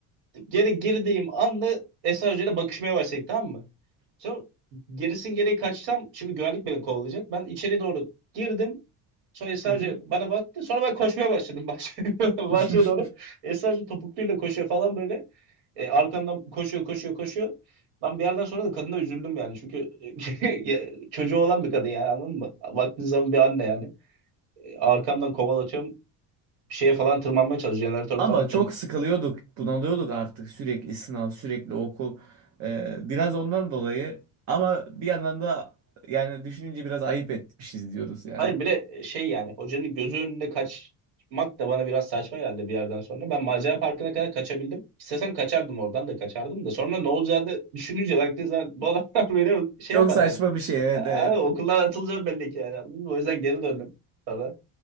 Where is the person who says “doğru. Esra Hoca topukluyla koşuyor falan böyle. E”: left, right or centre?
Right